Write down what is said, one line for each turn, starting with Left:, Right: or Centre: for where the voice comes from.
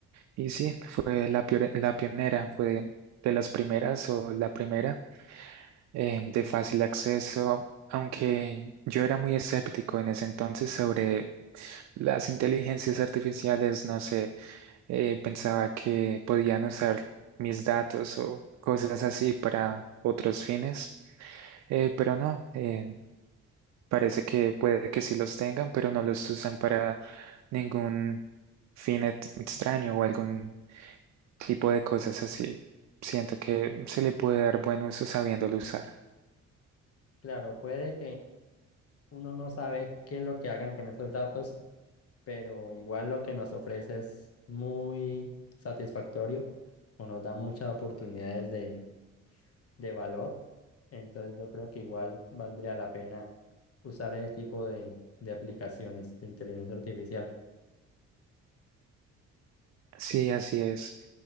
Right: y sí, fue la, piore- la pionera, fue de las primeras o la primera eh, de fácil acceso, aunque yo era muy escéptico en ese entonces sobre las inteligencias artificiales, no sé, eh, pensaba que podían usar mis datos o cosas así para otros fines, eh, pero no, eh, parece que puede que sí los tengan, pero no los usan para ningún fin ex- extraño o algún tipo de cosas así. Siento que se le puede dar buen uso sabiéndolo usar.
Left: Claro, puede que uno no sabe qué es lo que hagan con esos datos, pero igual lo que nos ofrece es muy satisfactorio o nos da muchas oportunidades de, de valor. Entonces yo creo que igual valdría la pena usar ese tipo de, de aplicaciones de inteligencia artificial.
Right: Sí, así es.